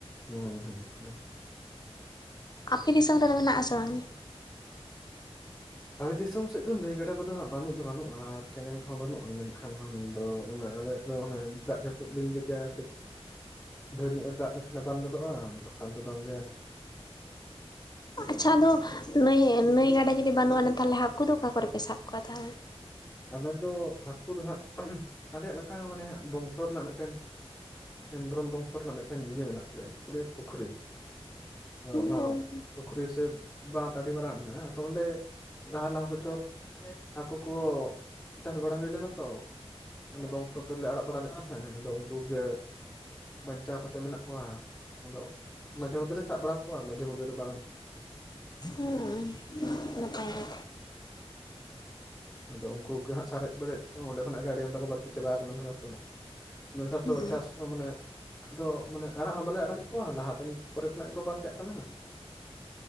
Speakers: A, on the left; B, on the left.
A: ᱦᱩᱸ ᱦᱩᱸ ᱦᱩᱸ
B: ᱟᱯᱮ ᱫᱤᱥᱚᱢ ᱨᱮᱫᱚ ᱢᱮᱱᱟᱜ ᱟᱥᱮ ᱵᱟᱝᱜᱮ?
A: ᱟᱞᱮ ᱫᱤᱥᱚᱢ ᱥᱮᱫ ᱫᱚ ᱱᱟᱹᱭ ᱜᱟᱰᱟ ᱠᱚᱫᱚ ᱦᱟᱸᱜ ᱵᱟᱹᱱᱩᱜ ᱫᱚ ᱵᱟᱹᱱᱩᱜᱼᱟ ᱟᱨ ᱠᱮᱱᱮᱞ ᱠᱚᱦᱚᱸ ᱵᱟᱹᱱᱩᱜᱼᱟ ᱢᱮᱱᱠᱷᱟᱱ ᱦ ᱫᱚ ᱚᱱᱟ ᱟᱞᱮ ᱫᱚ ᱚᱱᱮ ᱫᱟᱜ ᱡᱟᱹᱯᱩᱫ ᱫᱤᱱ ᱜᱮ ᱡᱮ ᱠᱟᱹᱡ ᱰᱷᱮᱨ ᱧᱚᱜ ᱮ ᱫᱟᱜ ᱞᱮᱠᱷᱟᱱᱮ ᱵᱟᱝ ᱜᱚᱫᱚᱜᱼᱟ ᱵᱟᱠᱷᱟᱱ ᱫᱚ ᱵᱟᱝᱜᱮ
B: ᱟᱪᱪᱷᱟ ᱟᱫᱚ ᱱᱟᱹᱭ ᱱᱟᱹᱭ ᱜᱟᱰᱟ ᱡᱩᱫᱤ ᱵᱟᱹᱱᱩᱜ ᱟᱱ ᱛᱟᱦᱚᱞᱮ ᱦᱟᱹᱠᱩ ᱫᱚ ᱚᱠᱟ ᱠᱚᱨᱮ ᱯᱮ ᱥᱟᱵ ᱠᱚᱣᱟ ᱛᱟᱦᱚᱞᱮ
A: ᱟᱞᱮ ᱫᱚ ᱦᱟᱹᱠᱩ ᱫᱚ ᱦᱟᱸᱜ ᱟᱞᱮᱭᱟᱜ ᱢᱤᱫᱴᱟᱝ ᱢᱟᱱᱮ ᱦᱟᱸᱜ ᱵᱚᱝᱥᱚ ᱨᱮᱱᱟᱜ ᱢᱤᱫᱴᱮᱱ ᱦᱮᱢᱵᱨᱚᱢ ᱵᱚᱝᱥᱚ ᱨᱮᱱᱟᱜ ᱢᱤᱫᱴᱮᱱ ᱤᱭᱟᱹ ᱢᱮᱱᱟᱜ ᱛᱟᱞᱮᱭᱟ ᱪᱮᱫᱠᱚ ᱞᱟ. ᱭᱟ ᱯᱩᱠᱷᱨᱤ ᱟᱫᱚ
B: ᱦᱩᱸ
A: ᱚᱱᱟ ᱯᱩᱠᱷᱨᱤ ᱥᱮ ᱵᱟᱸᱛ ᱟᱵᱤ ᱢᱟᱨᱟᱝ ᱢᱮᱱᱟᱜᱼᱟ ᱟᱫᱚ ᱚᱸᱰᱮ ᱫᱟᱜ ᱞᱟᱦᱟ ᱵᱚᱪᱷᱚᱨ ᱦᱟᱠᱩ ᱠᱚ ᱪᱟᱥ ᱵᱟᱲᱟ ᱦᱩᱭ ᱞᱮᱱᱟ ᱛᱚ ᱵᱚᱝᱥ ᱛᱩᱞᱮ ᱟᱲᱟᱜ ᱵᱟᱲᱟ ᱞᱮ ᱛᱟᱦᱮᱸᱱᱟ ᱟᱫᱚ ᱩᱱᱠᱩᱜᱮ ᱵᱟᱧᱪᱟᱣ ᱠᱟᱛᱮᱫ ᱢᱮᱱᱟᱜ ᱠᱚᱣᱟ ᱟᱫᱚ ᱢᱟᱡᱷᱮ ᱢᱚᱫᱽᱫᱷᱮ ᱞᱮ ᱥᱟᱵ ᱵᱟᱲᱟ ᱠᱚᱣᱟ ᱢᱟᱡᱷᱮ ᱢᱚᱫᱽᱫᱷᱮ ᱫᱚ ᱵᱟᱝ
B: ᱦᱮᱸ ᱱᱟᱯᱟᱭ ᱜᱮ
A: ᱟᱫᱚ ᱩᱱᱠᱩ ᱠᱚ ᱦᱟᱸᱜ ᱥᱟᱨᱮᱡ ᱵᱟᱹᱨᱮᱡ ᱚᱸᱰᱮᱚᱱᱟᱜ ᱜᱮ ᱟᱹᱰᱤ ᱟᱢᱫᱟ ᱠᱚ ᱵᱟᱹᱲᱛᱤ ᱪᱟᱵᱟ ᱠᱟᱱᱟᱛᱚ ᱫᱚ <unintelligible> ᱫᱟᱜ
B: ᱦᱩᱸ
A: ᱫᱚ ᱪᱟᱥ ᱟᱫᱚ ᱢᱟᱱᱮ ᱟᱫᱚ ᱢᱟᱱᱮ ᱟᱲᱟᱜ ᱦᱚᱸ ᱵᱟᱞᱮ ᱟᱲᱟᱜᱮᱫ ᱠᱚᱣᱟ ᱞᱟᱦᱟᱛᱮᱱ ᱠᱚᱨᱮ ᱠᱷᱚᱱᱟᱜ ᱜᱮᱠᱚ ᱯᱟᱨᱪᱟᱜ ᱠᱟᱱᱟ᱾